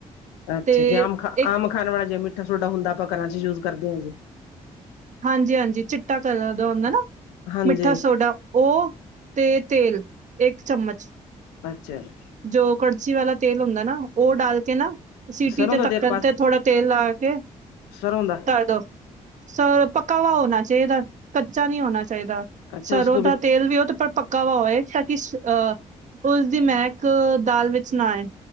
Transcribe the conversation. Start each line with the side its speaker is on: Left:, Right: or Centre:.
Left: ਅੱਛਾ
Right: ਤੇ
Left: ਜੇ ਆਮ ਖਾ
Right: ਇੱਕ
Left: ਆਮ ਖਾਣ ਵਾਲਾ ਜੇ ਮਿੱਠਾ ਸੋਡਾ ਹੁੰਦਾ ਆਪਾਂ ਘਰਾਂ ਚ ਯੂਜ ਕਰਦੇ ਹਾਂ ਜੇ।
Right: ਹਾਂਜੀ ਹਾਂਜੀ ਚਿੱਟਾ ਕ ਦਾ ਹੁੰਦਾ ਨਾ।
Left: ਹਾਂਜੀ
Right: ਮਿੱਠਾ ਸੋਡਾ ਉਹ ਤੇ ਤੇਲ ਇੱਕ ਚਮਚ।
Left: ਵਜਰ।
Right: ਜੋ ਕੜਚੀ ਵਾਲਾ ਤੇਲ ਹੁੰਦਾ ਨਾ ਉਹ ਡਾਲ ਕੇ ਨਾ। ਸੀਟੀ
Left: ਸਰੋਂ
Right: ਤੇ
Left: ਦਾ
Right: ਧੱਕਣ
Left: ਤੇਲ ਪਾ
Right: ਤੇ ਥੋੜਾ ਤੇਲ ਲਾ ਕੇ
Left: ਸਰੋਂ ਦਾ
Right: ਤਰਦੋ ਸਰ। ਪੱਕਾ ਵ ਹੋਣਾ ਚਾਹੀਦਾ ਕੱਚਾ ਨੀ ਹੋਣਾ ਚਾਹੀਦਾ
Left: ਅੱਛਾ
Right: ਸਰੋਂ
Left: ਉਸਕੋ
Right: ਦਾ ਤੇਲ ਵੀ ਉਹ ਤੇ ਪੱਕਾ। ਕਾਹਵਾ ਹੋਏ ਤਾਂ ਕਿ ਅਹ ਉਸਦੀ ਮਹਿਕ ਦਾਲ ਵਿੱਚ ਨਾ ਆਏ।